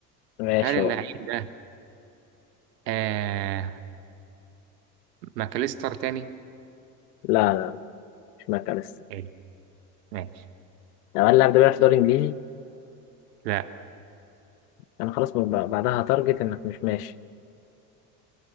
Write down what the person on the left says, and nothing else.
ماشي
هو
لا لا مش مكة لسه
لو هل اللاعب ده بيلعب في الدوري الإنجليزي
أنا خلاص ب- بعدها هتارجت إنك مش ماشي